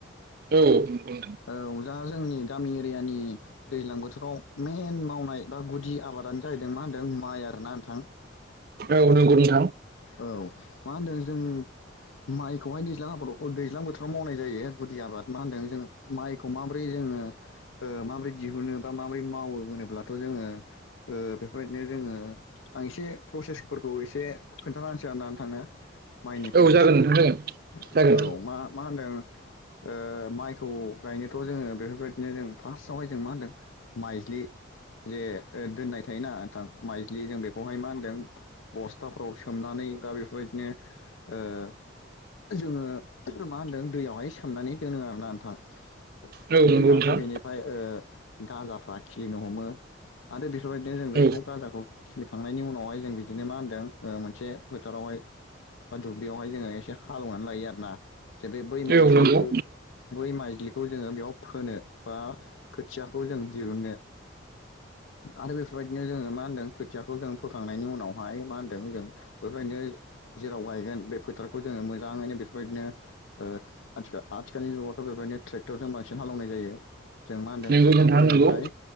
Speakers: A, on the right; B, on the left.
A: औ उम औ
B: औ जा जोंनि गामि एरियानि दैलां बोथोराव मेन मावनाय दा गुदि आबादानो जाहैदों मा होनदों माइ आरोना नोंथां।
A: औ नोंगौ
B: औ मा होनदों जों माइ बहाय दैज्लां आबाद अ दैज्लां बोथोराव मावनाय जायो‌। गुदि आबाद मा होनदों जों माइखौ माबोरै जोंङो माबोरै ओ दिहुनो बा माबोरै मावो। होनोब्लाथ' जोंङो ओ बेफोरबायदिनो जोंङो आं एसे प्रसेस फोरखौ एसे खोन्थाना होनोसै आरोना नोंथांनो। माइनि
A: औ
B: प्रसेसखौ
A: जागोन नोंथां जागोन
B: औ मा मा होनदों। ओ माइखौ गायनोथ' जोंङो बेफोरबाय बिदिनो जों फार्स्टआवहाय जों मा होनदों माइज्लि जे दोननाय थायोना नोंथां माइज्लि जों बेखौहाय मा होनदों बस्था खौ सोमनानै दा बेफोरबायदिनो ओ जोंङो मा होनदों दैयावहाय सोमनानै दोनो आरोना नोंथां
A: जागोन औ
B: बिदिनो
A: नंगौ
B: जाहाथे
A: नोंथां
B: बेनिफाय ओ गाजाफ्रा खिलिनो हमो आरो बि बेफोरबायदिनो जों बेखौ
A: औ
B: गाजाखौ खिलिखांनायनि उनावहाय जों बिदिनो मा होनदों ओ मोनसे फोथारावहाय बा दुब्लियावहाय जोंङो एसे हालौवनानै लायो आरोना। जे बे बै माइजलिखौ
A: औ नंगौ नंगौ
B: बै माइज्लि बेखौ जोंङो बेयाव फोनो बा खोथियाखौ जों दिरुनो आरो बेफोरबायदिनो जोंङो मा होनदों खोथियाखौ जों फोखांनायनि उनावहाय मा होन दों जों बेफोरबायदिनो जेराव गायगोन बे फोथारखौ जोंङो मोजाङैनो बेफोरबायदिनो ओ आथिखाल-आथिखालनि जुगावथ' बेबायदिनो ट्रेक्टरजों बांसिन हालेवनाय जायो। जों मा होनदों
A: नंगौ
B: ट्रेक्टरफोरजोंहाय
A: नोंथां नंगौ